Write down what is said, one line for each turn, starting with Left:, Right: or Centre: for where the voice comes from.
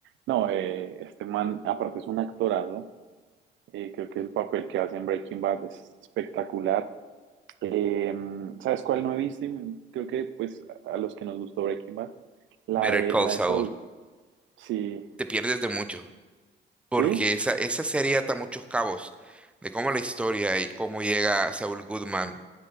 Right: No, eh, este man, aparte es un actorado, eh, creo que el papel que hace en Breaking Bad es espectacular. Eh, ¿sabes cuál no he visto? Y me- creo que, pues, a a los que nos gustó Breaking Bad, la
Centre: Better
Right: de,
Centre: Call
Right: la
Centre: Saul,
Right: de Soul. Sí,
Centre: te pierdes de mucho, porque
Right: sí,
Centre: esa, esa serie ata muchos cabos de cómo la historia y cómo llega Saul Goodman.